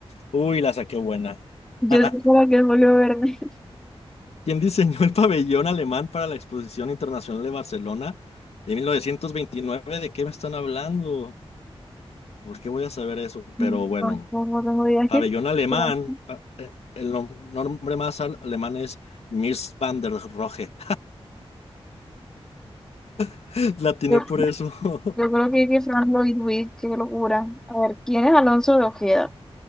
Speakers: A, on the left; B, in the centre.
A: Uy, la saqué buena.
B: Yo
A: <laughs>
B: sé como que es Julio Verne.
A: quien diseñó el pabellón alemán para la Exposición Internacional de Barcelona de 1929. ¿De qué me están hablando? ¿Por qué voy a saber eso?
B: <laughs> Yo
A: Pero bueno,
B: Tampoco tengo idea
A: pabellón
B: que...
A: alemán,
B: <laughs>
A: pa- eh, el nom- nombre más al- alemán es Mies van der Rohe. <laughs> La tiene
B: Yo,
A: por eso. <laughs>
B: yo creo que, que Frank Lloyd Wright, qué locura. A ver, ¿quién es Alonso de Ojeda?